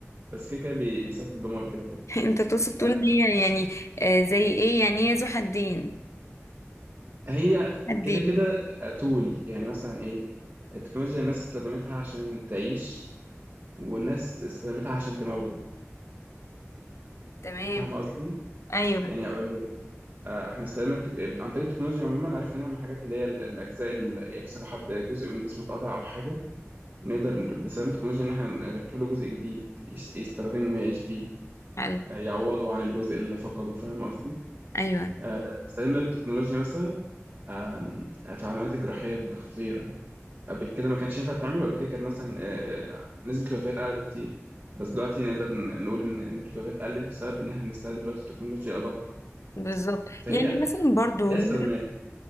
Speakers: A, on the right; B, on the left.
A: بس كده كده بي... بيسبب دمار كده كده
B: انت تقصد تقول
A: آه،
B: ان هي يعني آه، زي ايه يعني هي ذو حدين
A: هي
B: حدين
A: كده كده تول يعني مثلا ايه التكنولوجيا الناس استخدمتها عشان تعيش والناس استخدمتها عشان تموت
B: تمام
A: فاهم قصدي؟
B: ايوه
A: يعني اقول لك آه، احنا استخدمنا التك... عن طريق التكنولوجيا عموما عرفنا نعمل حاجات اللي هي ال- الاجزاء اللي... يعني مثلا حد جزء من جسمه اتقطع او حاجه نقدر ن- باستخدام التكنولوجيا ان احنا نركب له جزء جديد يس... يستخدمه ويعيش بيه
B: حلو
A: آه، يعوضه عن الجزء اللي فقده فاهم قصدي
B: ايوه
A: آه، استخدمنا التكنولوجيا مثلا آم، في عمليات الجراحيه الخطيره قبل كده ما كانش ينفع تعمله قبل كده كانت مثلا آه، آه، نسبه الوفيات اعلى بكتير بس دلوقتي نقدر ن- نقول ان نسبه الوفيات قلت بسبب ان احنا بنستخدم دلوقتي التكنولوجيا ادق
B: بالظبط
A: فهي
B: يعني مثلا برضو
A: لها استخدامات
B: نقدر